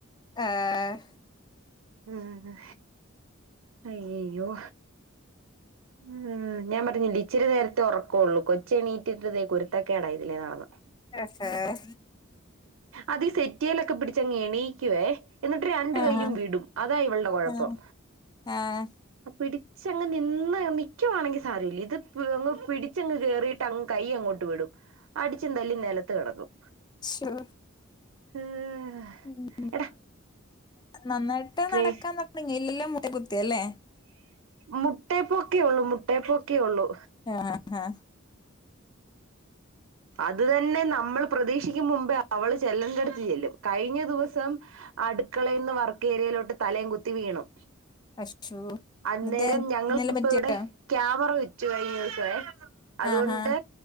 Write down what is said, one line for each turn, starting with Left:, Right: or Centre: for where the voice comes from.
Left: ആഹ്
Right: ആഹ് അയ്യയ്യോ ഉം ഞാൻ പറഞ്ഞില്ലെ ഇച്ചിരി നേരത്തെ ഉറക്കുള്ളൂ കൊച്ചെണീട്ടിട്ട് ദേ കുരുത്തക്കേടാ ഇതിലേ നടന്ന
Left: അഹ് ആ
Right: അതീ സെറ്റിയിലൊക്കെ പിടിച്ചങ്ങ് എണീക്കുവേ എന്നിട്ട് രണ്ട്‌
Left: ആഹാ
Right: കൈയും വിടും അതാ ഇവളുടെ കുഴപ്പം
Left: ആഹ് ആഹ്
Right: പിടിച്ചങ്ങ് നിന്ന് നിക്കുവാണെങ്കി സാരമില്ല ഇത് പ്പ് ങ് പിടിച്ചങ്ങ് കേയറിയിട്ടങ് കൈ അങ്ങോട്ട് വിടും അടിച്ചും തല്ലി നിലത്ത് കിടക്കും
Left: ശ്ശൊ
Right: ഉം
Left: ഉം
Right: എടാ
Left: നന്നായിട്ട്
Right: വേ
Left: നടക്കാൻ തുടങ്ങില്ലല്ലോ മു കുത്തി അല്ലേ
Right: മുട്ടേ പൊക്കി ഉള്ളൂ മുട്ടേ പൊക്കി ഉള്ളൂ
Left: ആഹ് ഹാ
Right: അത് തന്നെ നമ്മൾ പ്രതീക്ഷിക്കും മുമ്പേ അവള് ചെല്ലണ്ടടുത്ത് ചെല്ലും കഴിഞ്ഞ ദിവസം അടുക്കളേന്ന് വർക്ക് ഏരിയയിലോട്ട് തലേയും കുത്തി വീണു
Left: അശ്ശോ
Right: അന്നേരം
Left: എന്നിട്ട്
Right: ഞങ്ങളിപ്പ
Left: എന്തേലും പറ്റിയോ?
Right: ഇവിടെ ക്യാമറ വെ വെച്ചുകഴിഞ്ഞേക്കുവാ അതുകൊണ്ട്.
Left: ആഹാ